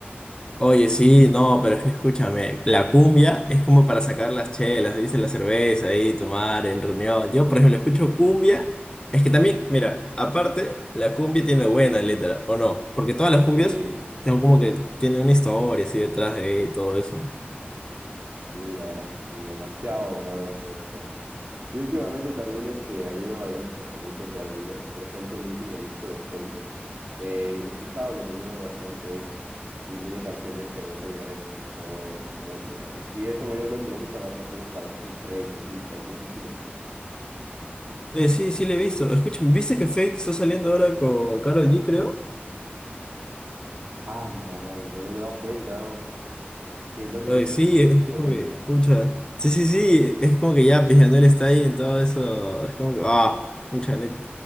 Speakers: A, on the left; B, on the right.
A: Oye, sí, no, pero <laughs> es que escúchame, la cumbia es como para sacar las chelas, ¿viste? La cerveza ahí, tomar en reunión. Yo, por ejemplo, escucho cumbia. Es que también, mira, aparte, la cumbia tiene buena letra, ¿o no? Porque todas las cumbias
B: Sí,
A: son como que tienen una historia así detrás de y todo eso.
B: sí, la verdad que sí, demasiado god eso, hermano. Y últimamente también este, ha habido algunos lanzamientos de álbumes. Por ejemplo, el último disco de Fate. Eh, he escuchado que ha tenido bastante éxito y tiene canciones que ha vuelto virales en TikTok, Spotify. Y eso mayormente lo usan las personas para hacer sus trends en TikTok. No sé si lo has visto.
A: Eh, sí, sí, le he visto. Escúchame, ¿viste que Fate está saliendo ahora con Karol G, creo?
B: Anda, mano, pero no me he dado cuenta, ¿no? ¿Y en dónde
A: Oye,
B: viste,
A: sí,
B: dónde
A: es,
B: está esa polémica?
A: es como que, pucha. Sí, sí, sí, es como que ya, pues Anuel está ahí en todo eso. Es como que, ah, pucha, Anuel,